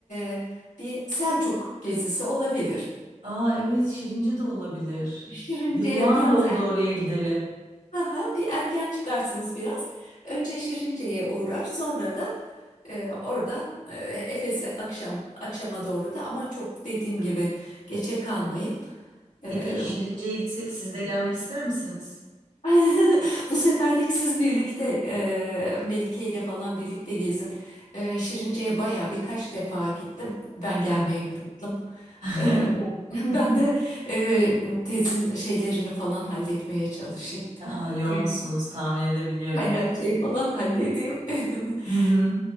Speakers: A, on the left; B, on the right.
A: e, bir Selçuk gezisi olabilir.
B: Aa evet Şirince de olabilir.
A: Şirince'ye
B: Yıllar
A: biraz
B: oldu oraya gideli.
A: Aha, bir erken çıkarsınız biraz. Önce Şirince'ye uğrar, sonra da e, oradan e, Efes'e akşam akşama doğru da ama çok dediğim gibi geçe kalmayın.
B: Peki
A: E,
B: Şirince'ye gitsek siz de gelmek ister misiniz?
A: <laughs> bu seferlik siz birlikte e, Melike ile falan birlikte gezin. E, Şirince'ye baya birkaç defa gittim. Ben gelmeyeyim
B: Hah.
A: tatlım.
B: <laughs>
A: E, ben <laughs> ben de e, tezin şeylerini falan halletmeye çalışayım.
B: Aa, yoğunsunuz
A: kaynak
B: tahmin edebiliyorum.
A: Kaynakçayı falan halledeyim.
B: Hı
A: <laughs>
B: hı.